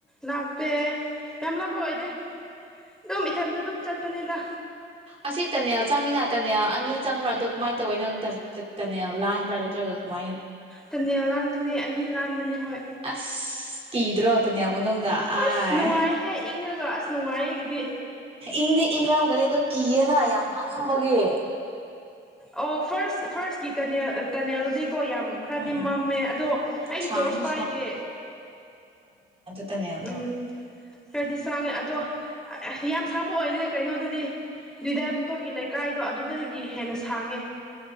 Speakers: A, in the centre; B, on the right.
A: ꯂꯥꯞꯄꯦ ꯌꯥꯝ ꯂꯥꯞꯄ ꯑꯣꯏꯗꯦ ꯑꯗꯨꯝ ꯏꯊꯟꯗ ꯑꯗꯨꯝ ꯆꯠꯄꯅꯤꯗ
B: ꯑꯁꯤꯇꯅꯦ ꯆꯪꯉꯤ ꯥꯛꯇꯅꯦ ꯑꯅꯤ ꯆꯪꯕ꯭ꯔꯥ ꯑꯗꯣ ꯀꯃꯥꯏꯅ ꯇꯧꯋꯏ ꯅꯪꯅꯦ ꯂꯥꯟꯕ꯭ꯔꯥ ꯅꯠꯇ꯭ꯔꯒ ꯀꯃꯥꯏꯅ
A: ꯇꯟꯅ ꯂꯥꯟꯕꯅꯦ ꯑꯅꯤ ꯂꯥꯟꯕꯅꯦ ꯍꯣꯏ
B: ꯑꯁ ꯀꯤꯗ꯭ꯔꯣꯇꯅꯦ ꯃꯅꯨꯡꯗ
A: ꯑꯁ
B: ꯑꯥꯏ
A: ꯅꯨꯡꯉꯥꯏꯍꯦ ꯏꯪꯉꯒ ꯑꯁ ꯅꯨꯡꯉꯥꯏꯑꯒꯤꯗꯤ
B: ꯏꯪꯗꯤ ꯏꯪꯔꯝꯒꯅꯤ ꯑꯗꯣ ꯀꯤꯌꯦꯅ ꯌꯥꯝ ꯍꯂꯝꯕꯒꯤ
A: ꯑꯣ ꯐꯥꯁ ꯐꯥꯁꯀꯤ ꯀꯅꯤ ꯀꯅꯤꯌꯥꯜꯗꯤ ꯀꯣ ꯌꯥꯝ ꯈꯔꯗꯤ
B: ꯎꯝ
A: ꯃꯝꯃꯦ ꯑꯗꯣ ꯑꯩꯗꯤ
B: ꯁꯥꯡꯁꯨ
A: ꯇꯣꯔꯆ ꯄꯥꯏꯗꯦ
B: ꯇꯅꯦ ꯑꯗꯣ
A: ꯎꯝ ꯈꯔꯗꯤ ꯁꯥꯡꯉꯦ ꯑꯗꯣ ꯌꯥꯝ ꯁꯥꯡꯕ ꯑꯣꯏꯔꯦ ꯀꯩꯅꯣꯗꯗꯤ ꯗꯥꯏ ꯄꯨꯡꯊꯣꯛꯒꯤ ꯂꯩꯀꯥꯏꯗꯣ ꯑꯗꯨꯗꯒꯤ ꯍꯦꯟꯅ ꯁꯥꯡꯉꯦ